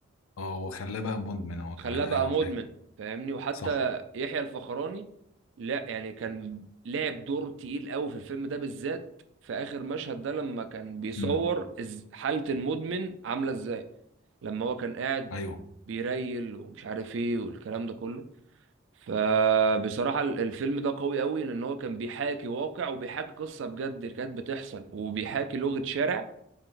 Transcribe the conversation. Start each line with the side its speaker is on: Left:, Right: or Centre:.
Left: اه وخلاه بقى مدمن هو
Right: خلاه
Left: كمان
Right: بقى
Left: ايوه
Right: مدمن
Left: فاكر
Right: فاهمني وحتى
Left: صح
Right: يحيى الفخراني لا يعني كان لعب دور تقيل قوي في الفيلم ده بالذات في اخر مشهد ده لما كان بيصور
Left: امم
Right: إز- حاله المدمن عامله ازاي لما هو كان قاعد
Left: ايوه
Right: بيريل ومش عارف ايه والكلام ده كله فبصراحة ال- الفيلم ده قوي قوي لأن هو كان بيحاكي واقع وبيحاكي قصة بجد اللي كانت بتحصل وبيحاكي لغة شارع